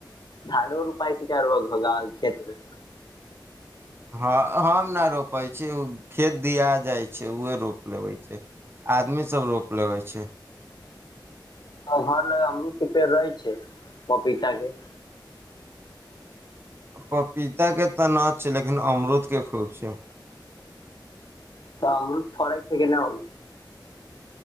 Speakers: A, on the left; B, on the right.
A: धानो रोपाय छै, आ गाँममें खेतो छै।
B: हँ, हम नहि रोपैत छियै। खेत दऽ देल जाइत छै, ओ रोपि लै छै। आदमीसब रोपि लेवै छै।
A: घर लऽ अमरूद के पेड़ रहे छै पपीता के
B: पपीताक तँ नय छै, लेकिन अमरूदक खूब छै।
A: तऽ अमरूद फरै छ कि नय